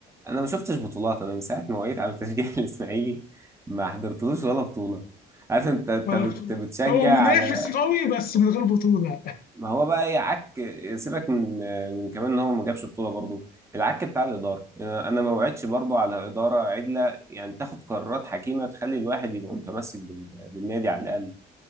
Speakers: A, on the right; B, on the left.
A: انا ما شفتش بطولات انا من ساعه ما وعيت على تشجيع <laughs> الاسماعيلي ما حضرتلوش ولا بطوله عارف انت انت
B: غلط.
A: بت- بتشجع
B: هو منافس
A: على
B: قوي بس من غير بطولة
A: ما هو بقى ايه عك سيبك من من كمان ان هو ما جابش بطوله برضه العك بتاع الاداره انا أنا ما وعدتش برضه على اداره عدله يعني تاخد قرارات حكيمه تخلي الواحد يبقى متمسك بال- بالنادي على الاقل